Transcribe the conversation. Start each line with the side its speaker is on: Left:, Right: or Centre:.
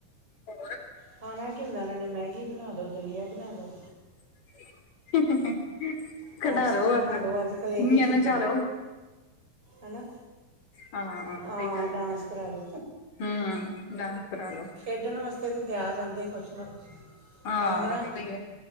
Left: ਹੋਰ?
Right: ਖਾਣਾ ਕੀ ਹੁੰਦਾ ਇਹਨਾਂ ਨੇ, ਮੈਗੀ ਬਣਾਦੋ, ਦਲੀਆ ਬਣਾਦੋ।
Left: <unintelligible>
Right: ਪਾਸਤਾ
Left: ਬਸ
Right: ਬਣਾਦੋ, ਅੱਜ-ਕਲ ਏਹੋ
Left: ਨਿਆਣੇ
Right: ਈ ਚੀਜ਼ਾਂ,
Left: ਨਚਾ ਲੋ
Right: ਹਨਾ।
Left: ਹਾਂ
Right: ਆਂ,
Left: ਸਹੀ ਗੱਲ
Right: ਡਾਂਸ ਕਰਾਲੋ,
Left: ਹਮ ਡਾਂਸ ਕਰਾ ਲੋ
Right: ਖੇਡਣ ਵਾਸਤੇ ਫਿਰ ਤਿਆਰ ਰਹਿੰਦੇ ਕੁਛ ਨਾ ਕੁਛ,
Left: ਹਾਂ
Right: ਅਗਰ
Left: ਸਹੀ ਹੈ